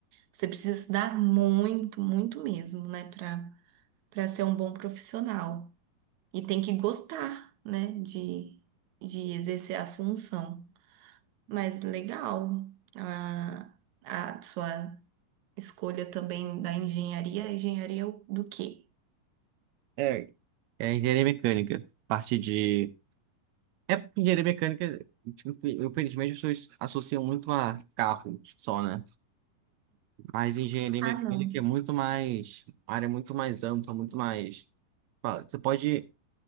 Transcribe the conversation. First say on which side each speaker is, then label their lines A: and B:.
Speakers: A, on the right (about 70°); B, on the right (about 85°).
A: Você precisa estudar muito, muito mesmo, né? Para para ser um bom profissional. E tem que gostar, né? De, de exercer a função. Mas legal, a, a sua escolha também da engenharia. Engenharia do quê?
B: É, é engenharia mecânica, parte de... É porque engenharia mecânica, tipo, infelizmente, as pessoas associam muito a carro só, né? Mas engenharia
A: Ah,
B: mecânica
A: não.
B: é muito mais, uma área muito mais ampla, muito mais... fala, Você pode